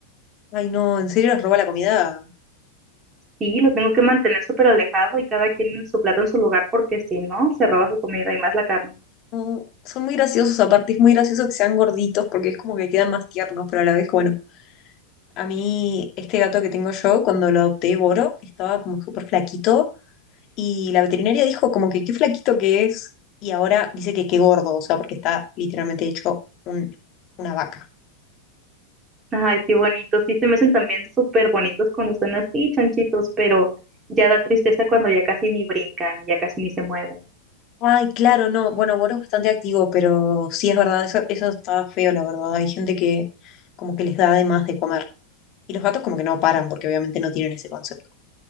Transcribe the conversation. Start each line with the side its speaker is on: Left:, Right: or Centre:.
Left: Ay, no, en serio les roba la comida.
Right: Y lo tengo que mantener súper alejado y cada quien en su plato en su lugar, porque si no, se roba su comida y más la carne.
Left: No, son muy graciosos, aparte es muy gracioso que sean gorditos porque es como que quedan más tiernos, pero a la vez, bueno, a mí este gato que tengo yo, cuando lo adopté, Boro, estaba como súper flaquito y la veterinaria dijo como que qué flaquito que es y ahora dice que qué gordo, o sea, porque está literalmente hecho un, una vaca.
Right: Ay, qué bonito. Sí, se me hacen también súper bonitos cuando están así, chanchitos, pero ya da tristeza cuando ya casi ni brincan, ya casi ni se mueven.
Left: Ay, claro, no, bueno, Boro es bastante activo, pero sí es verdad, eso, eso está feo, la verdad. Hay gente que como que les da de más de comer. Y los gatos como que no paran porque obviamente no tienen ese concepto.